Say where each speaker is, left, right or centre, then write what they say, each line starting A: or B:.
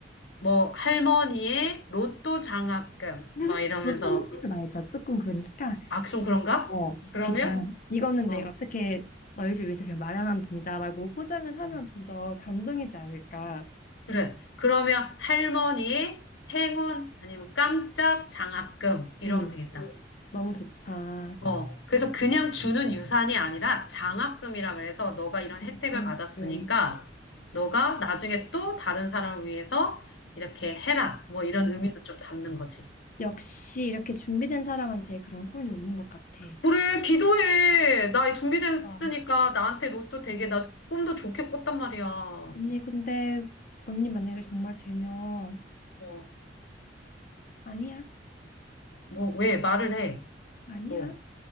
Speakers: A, on the left; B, on the left.
A: 뭐, 할머니의 로또 장학금,
B: <laughs>
A: 막 이러면서,
B: 로또는 하지 말자 조금 그러니까
A: 아, 좀 그런가?
B: 어,
A: 그러면,
B: 그냥 이거는
A: 어,
B: 내가 어떻게 너희를 위해서 그냥 마련한 돈이다라고 포장을 하면
A: 어,
B: 좀 더 감동이지 않을까.
A: 그래. 그러면 할머니의 행운, 아니면 깜짝 장학금, 이러면
B: 음,
A: 되겠다.
B: 너무 좋다.
A: 어, 그래서 그냥 주는 유산이 아니라 장학금이라 그래서 너가 이런
B: 음,
A: 혜택을
B: 장학금.
A: 받았으니까 너가 나중에 또 다른 사람을 위해서 이렇게 해라. 뭐 이런 의미도 좀 담는 거지.
B: 역시 이렇게 준비된 사람한테 그런 꿈이 오는 것 같아.
A: 그래, 기도해. 나 준비됐으니까
B: 아,
A: 나한테 로또 되게 나 꿈도 좋게 꿨단 말이야.
B: 언니 근데 언니 만약에 정말 되면
A: 뭐,
B: 아니야,
A: 뭐, 왜 말을 해?
B: 아니야.
A: 뭐,